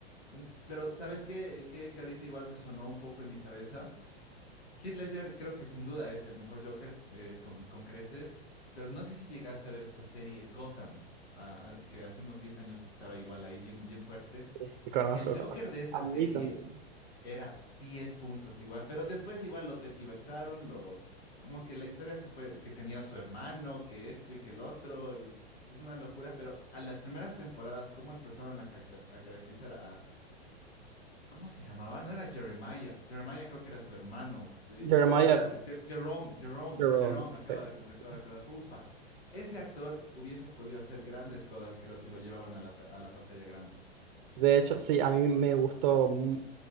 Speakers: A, on the left; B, on the right.
A: Mm, Pero, ¿sabes qué? Que, que ahorita igual resonó un poco en mi cabeza. Heath Ledger creo que sin duda es el mejor Joker eh, con, con creces, pero no sé si llegaste a ver esta serie Gotham, ah, ah, que hace unos 10 años estaba igual ahí bien, bien fuerte.
B: Sí, conozco,
A: El Joker
B: conozco.
A: de esa
B: A mí
A: serie
B: también.
A: era 10 puntos igual, pero después igual lo tergiversaron, lo como que la historia se fue, que tenía su hermano, que esto y que el otro, y es una locura, pero a las primeras temporadas, ¿cómo empezaron a, cactar- a caracterizar a, ¿cómo se llamaba? No era Jeremiah, Jeremiah creo que era su hermano, eh,
B: Jeremiah
A: pero eran por, Jer- Jerome, Jerome,
B: Jerome,
A: Jerome, me acabo
B: se llama,
A: de, me
B: sí.
A: acabo de acordar, ufa, ese actor hubiese podido hacer grandes cosas, creo, si lo llevaban a la, pa- a la pantalla grande.
B: De hecho, sí, a mí me gustó. mu-